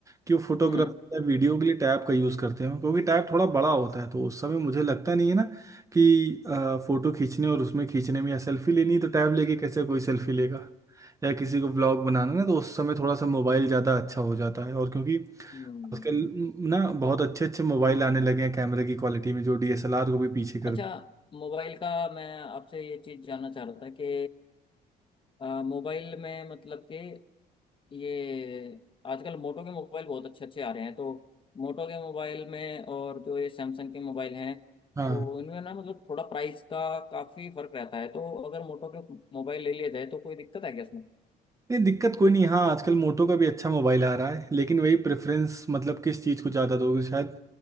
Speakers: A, on the right (about 20°); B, on the left (about 30°).
A: कि वो फोटोग्राफी
B: हम्म
A: या वीडियो के लिए टैब का यूज करते हो क्योंकि टैब थोड़ा बड़ा होता है तो उस समय मुझे लगता नहीं है ना कि फोटो खींचने और उसमें खींचने में या सेल्फी लेनी है, तो टैब लेके कैसे कोई सेल्फी लेगा या किसी को ब्लॉग बनाना ना तो उस समय थोड़ा सा मोबाइल ज्यादा अच्छा हो जाता है और क्योंकि
B: हम्म
A: आजकल ना बहुत अच्छे अच्छे मोबाइल आने लगे हैं कैमरे की क्वालिटी में जो डीएसएलआर को भी पीछे कर
B: अच्छा मोबाइल का मैं आपसे ये चीज जानना चाह रहा था कि अ, मोबाइल में मतलब कि ये आजकल मोटो के मोबाइल बहुत अच्छे अच्छे आ रहे हैं तो मोटो के मोबाइल में और जो ये सैमसंग के मोबाइल हैं
A: हाँ
B: तो इनमें ना मतलब थोड़ा प्राइस का काफी फर्क रहता है तो अगर मोटो के मोबाइल ले लिया जाए तो कोई दिक्कत है क्या इसमें
A: नहीं दिक्कत कोई नहीं हाँ आजकल मोटो का भी अच्छा मोबाइल आ रहा है लेकिन वही प्रेफरेंस मतलब किस चीज़ को ज़्यादा दोगे शायद